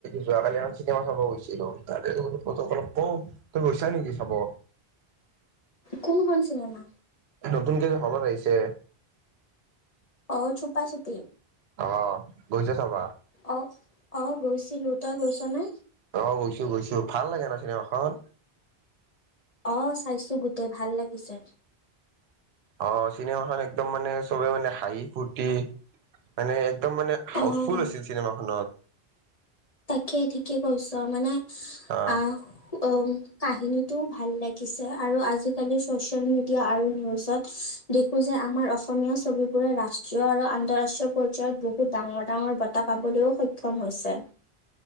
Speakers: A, on the right; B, on the left.
A: যোৱা কালি এখন চিনেমা চাব গৈছিলোঁ, তাৰ বোলো অ'তোক অলপ কওঁ, তই গৈছা নেকি চাব?
B: কোনখন চিনেমা?
A: নতুনকে যে হ'লত আহিছে?
B: অ' চুপা চুপি।
A: অ' গৈছ চাব?
B: অ', অ' গৈছিলোঁ, তই গৈছ নে?
A: অ' গৈছোঁ গৈছোঁ, ভাল লাগে ন চিনেমাখন?
B: অ' চাইছোঁ গোটেই ভাল লাগিছে।
A: অ' চিনেমাখন একদম মানে চবে মানে হাঁহি ফুুৰ্তি মানে একদম মানে হাউচফুল
B: অঁ
A: আছিল চিনেমাখনত।
B: তাকে ঠিকে কৈছ, মানে
A: অ
B: আহ উম, কাহিনীটো ভাল লাগিছে আৰু আজিকালি চচিয়েল মিডিয়া আৰু নিউজত দেখোঁ যে আমাৰ অসমীয়া ছবিবোৰে ৰাষ্ট্ৰীয় আৰু আন্তঃৰাষ্ট্ৰীয় পৰ্যায়ত বহুত ডাঙৰ ডাঙৰ ব টা পাবলৈও সক্ষম হৈছে।